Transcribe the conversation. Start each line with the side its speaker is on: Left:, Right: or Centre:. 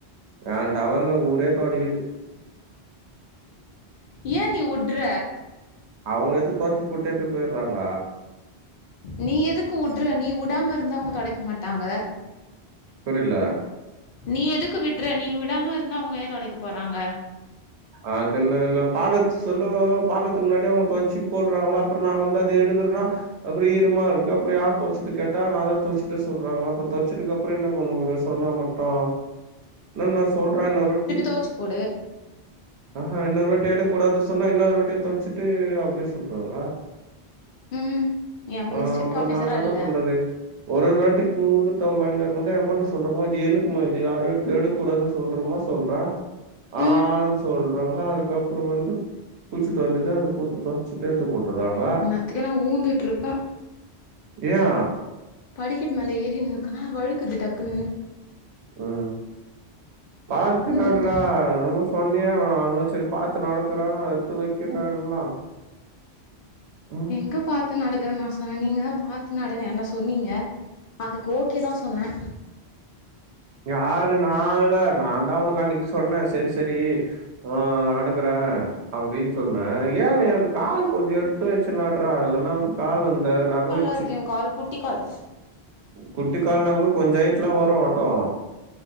Right: ஏ டவல்ல ஊரே தொடைக்குது
Left: ஏ நீ உட்ற
Right: அவுங்க எத்து தொச்சி போட்டு எத்து போயிட்றாங்க
Left: நீ எதுக்கு உட்ற நீ உடாமருந்தா அவுங்க தொடைக்க மாட்டாங்க
Right: புரில
Left: நீ எதுக்கு விட்ற நீ விடாமருந்தா அவுங்க ஏ தொடைக்க போறாங்க
Right: அது என்ன என்ன பாக்கத் சொல்லொ பாக்கதுக்கு முன்னாடி அவுங்க தொச்சி போடுறாங்ளா அப்றோ நா வந்து அத எடுக்குற்னா அப்றோ ஈரமா இருக்கு அப்றோ யாரு தொச்சுது கேட்டா நாந்தா தொச்சிட்டே சொல்றாங்க அப்ப தொச்சிதுக்கப்றோ என்ன பண்ண முடியூ சொன்னா மட் டூ இல்ல நா சொல்றே இன்னொரு வாட்டி
Left: தோச்சி போடு
Right: ஆஹா இன்னொரு வாட்டி எடுக்கூடாது சொன்னா இன்னொரு வாட்டி தொட்ச்சுட்டு அப்டியே சொல்றாங்க
Left: ம் நீ
Right: ஆ
Left: நீ ஸ்ட்ரிக்ட்
Right: அப்ப
Left: ஆஃபீசரா
Right: நா என்னதா
Left: இல்ல
Right: பண்றது ஒரு ஒரு வாட்டி பூது டவுல் வாங்கி வரும் போது ஏம்மாட்ட சொல்றே மா இது எனக்குமா இது யாரூ இது எடுக் கூடாது சொல்றோமா சொல்றே ஆ
Left: ம்
Right: ஆ சொல்றாங்க அதுக்கப்புறோ வந்து குள்ச்சுட்டு வந்துட்டு அது போட்டுப்ப. சுட்டெத்து போட்டுர்றாங்க.
Left: இந்நேரத்துக்கு நா ஊந்துட்டு இருப்பே
Right: ஏ?
Left: படிக்கட் மேல ஏறினுக்கனா வழுக்குது டக்குனு.
Right: ம் பாத்து
Left: உழுந்திருந்தா
Right: நட்ரா என்னமோ சொ ன்னியே <unintelligible> செரி பாத்து நடக்குறே எத்து வெக்கிறேன்ல்லா. ம்
Left: எங்க பாத்து நடக்கறன் நா சொன்னே நீங்க தா பாத்து நடன் என்ன சொன்னீங்க. அதுக்கு ஓகே தா சொன்னே.
Right: யாரு நா இல்ல நாந்தா உனக்கு அன்னிக்கு சொன்னே செரி செரி. உ உ நடக்குறே. அப்டின் சொன்னே ஏ நீ அது கால் கொஞ்சொ எட்த்து வெச்சு நட்றா இல்லனா வந்து கால் அந்த நகோ இ
Left: யாருக்கு எங் கால் குட்டி கால்.
Right: குட்டி கால்னா கூட கொஞ்ச ஹைட்ல வரு. ட்டு